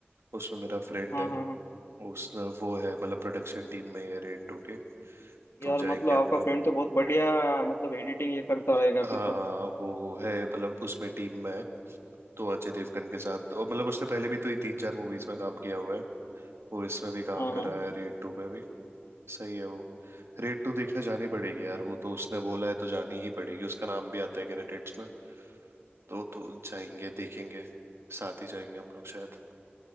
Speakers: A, on the right; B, on the left.
A: उसमें मेरा फ्रेंड
B: हाँ
A: है
B: हाँ हाँ
A: उसने वो है मतलब प्रोडक्शन टीम में ही है रेड टू के तो
B: यार
A: जाएंगे
B: मतलब आपका
A: हम लोग
B: फ्रेंड तो बहुत बढ़िया मतलब एडिटिंग ये करता
A: हाँ
B: रहेगा फिर
A: हाँ,
B: तो
A: हाँ, वो है मतलब उसमें टीम में है तो अजय देवगन के साथ और मतलब उसने पहले भी तो ये तीन चार मूवीज में काम किया हुआ है वो इसमें भी काम
B: हाँ
A: करा
B: हाँ
A: है रेड टू में भी सही है वो रेड टू देखने जानी पड़ेगी यार वो तो उसने बोला है तो जानी ही पड़ेगी उसका नाम भी आता है क्रेडिट्स में तो तो जाएंगे देखेंगे साथ ही जाएंगे हम लोग शायद